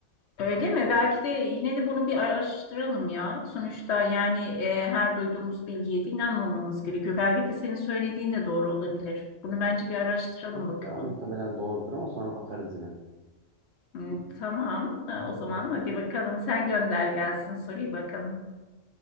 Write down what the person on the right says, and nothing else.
Yok,
yok
ya muhtemelen doğrudur ama sonra bakarız yine.
Tamam.